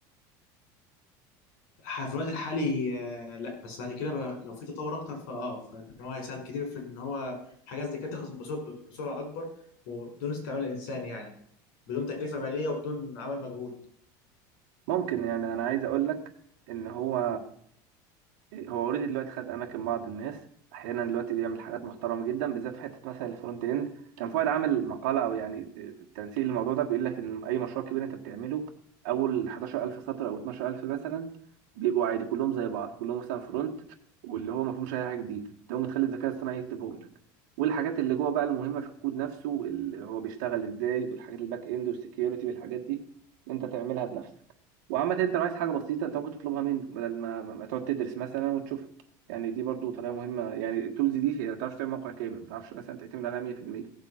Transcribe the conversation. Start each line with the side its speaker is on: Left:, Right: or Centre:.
Left: ح- في الوقت الحالي آه لا بس بعد كده بقى لو في تطور اكتر فاه فان هو هيساعد كتير في ان هو حاجات زي كده تخلص بسرعة بسرعة اكبر وبدون استعمال الانسان يعني بدون تكلفة مالية وبدون عمل مجهود
Right: ممكن يعني انا عايز اقول لك ان هو هو اوريدي دلوقتي خد اماكن بعض الناس احيانا دلوقتي بيعمل حاجات محترمه جدا بالذات في حته مثلا الفرونت اند كان فؤاد عامل مقاله او يعني تنسيق للموضوع ده بيقول لك ان اي مشروع كبير انت بتعمله اول 11000 سطر او 12000 مثلا بيبقوا عادي كلهم زي بعض كلهم مثلا فرونت واللي هو ما فيهمش اي حاجه جديده انت ممكن تخلي الذكاء الاصطناعي يكتبهم لك والحاجات اللي جوه بقى المهمه في الكود نفسه اللي هو بيشتغل ازاي والحاجات الباك اند والسكيورتي والحاجات دي انت تعملها بنفسك وعامة انت لو عايز حاجة بسيطة انت ممكن تطلبها منه بدل ما, ما ما تقعد تدرس مثلا وتشوفها يعني دي برضو طريقة مهمة يعني التولز دي هي ما تعرفش تعمل موقع كامل ما تعرفش مثلا تعتمد عليها 100%